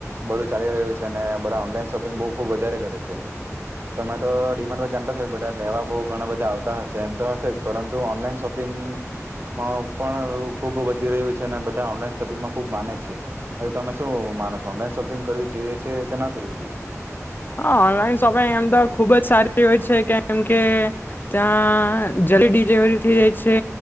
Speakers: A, on the right; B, on the left.
A: બધું ચાલી રહ્યું છે અને બધા ઓનલાઈન શોપિંગ બબ વધારે કરે છે તમે તો ડિમાન્ડ જાણતા છો બધા લેવા બહ ઘણા બધા આવતા હશે એમ તો હશે જ પરંતુ ઓનલાઈન શોપિંગમાં પણ ખુબ વધી રહ્યું છે અને બધા ઓનલાઈન શોપિંગમાં ખુબ માને છે તમે શું માનો છો ઓનલાઈન શોપિંગ કરવી જોઈએ છે કે ના કરવી જોઈએ
B: આ ઓનલાઈન શો તમે એમ તો ખુબ જ સારી... હોય છે કેમ કે ત્યાં જલ્દી ડિલિવરી થઈ જાય છે,